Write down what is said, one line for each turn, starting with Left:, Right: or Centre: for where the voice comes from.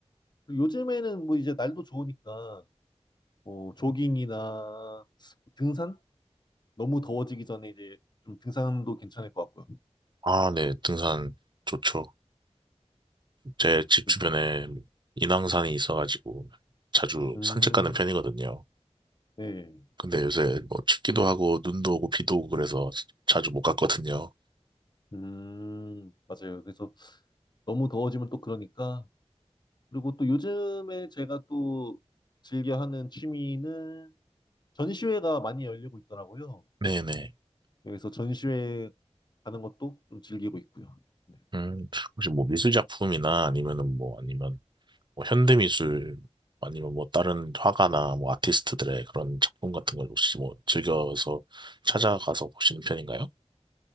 Left: 그리고 요즘에는 뭐 이제 날도 좋으니까 뭐 조깅이나 뭐 등산? 너무 더워지기 전에 이제 좀 등산도 괜찮을 것 같고요.
Right: 아, 네. 등산 좋죠. 제 집
Left: 네.
Right: 주변에 인왕산이 있어가지고 자주
Left: 음,
Right: 산책 가는 편이거든요.
Left: 네.
Right: 근데 요새 뭐 춥기도 하고 눈도 오고 비도 오고 그래서 자주 못 갔거든요.
Left: 음, 맞아요. 그래서 너무 더워지면 또 그러니까. 그리고 또 요즘에 제가 또 즐겨 하는 취미는 전시회가 많이 열리고 있더라고요.
Right: 네네.
Left: 그래서 전시회 가는 것도 좀 즐기고 있고요. 네.
Right: 음, 혹시 뭐 미술작품이나 아니면은 뭐 아니면 뭐 현대미술 아니면 뭐 다른 화가나 뭐 아티스트들의 그런 작품 같은 걸 혹시 뭐 즐겨서 찾아가서 보시는 편인가요?